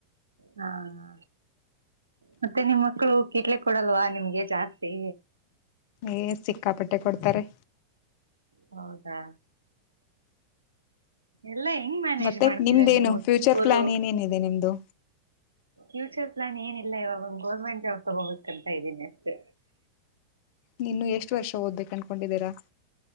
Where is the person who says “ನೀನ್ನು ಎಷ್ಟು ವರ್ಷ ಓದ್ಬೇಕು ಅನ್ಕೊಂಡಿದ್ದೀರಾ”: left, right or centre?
Left